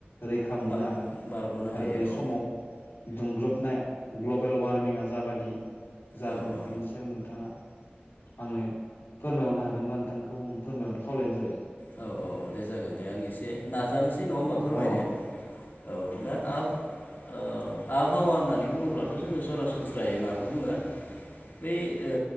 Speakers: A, on the left; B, on the left.
A: रैखा मोननो
B: बा
A: हागोन
B: बारग'नो
A: आरो
B: हायो
A: बे
B: औ
A: समाव दुंग्लोबनाया ग्लबेल वारमिंआ जाबादि जादों
B: औ औ
A: बेनि सायाव नोंथाङा आंनो फोरमायहरनो हागोनबा नोंथांखौ फोरमायहरनो खावलायनाय जाबाय।
B: औ औ औ दे जागोन दे आं एसे नाजानोसै नङा होमबा फोरमायनो
A: औ
B: औ दा आ औ आबहावा होननानै बुङोब्लाथ' जोंङो सरासनस्रायै माखौ बुङो? बै ओ